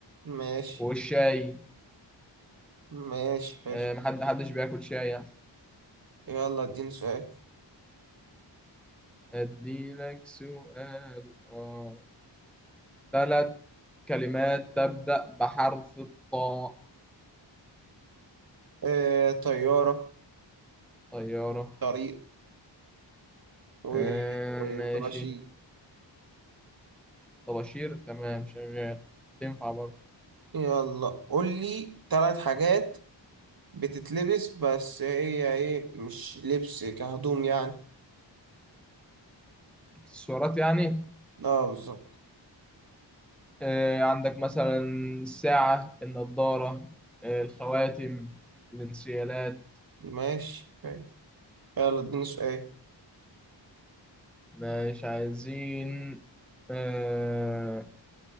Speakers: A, on the right; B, in the centre.
A: ماشي
B: والشاي
A: ماشي حلو
B: آه، محد حدش بياكل شاي يعني
A: يلا اديني سؤال
B: اديلك سؤال اه ثلاث كلمات تبدأ بحرف الطاء
A: آه... طيارة
B: طيارة
A: طريق وطباشير
B: آه ماشي طباشير تمام شغال تنفع برضه
A: يلا قول لي ثلاث حاجات بتتلبس بس هي ايه مش لبس كهدوم يعني
B: اكسسوارات يعني
A: اه بالظبط
B: آه، عندك مثلا الساعة النضارة آه، الخواتم الانسيالات
A: ماشي حلو. يلا اديني سؤال
B: مش عايزين آه،